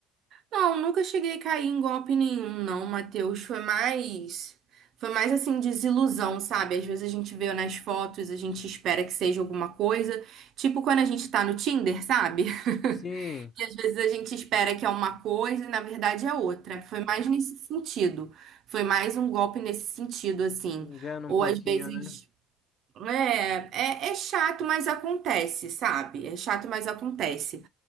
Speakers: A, on the right; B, on the left.
A: Não, nunca cheguei a cair em golpe nenhum, não, Matheus. Foi mais. Foi mais assim, desilusão, sabe? Às vezes a gente vê nas fotos, a gente espera que seja alguma coisa. Tipo quando a gente tá no Tinder, sabe? <laughs>
B: Sim,
A: E às vezes a gente espera que é uma coisa e na verdade é outra. Foi mais nesse sentido. Foi mais um golpe nesse sentido, assim.
B: engana
A: Ou
B: um pouquinho,
A: às vezes.
B: né?
A: É, é, é chato, mas acontece, sabe? É chato, mas acontece.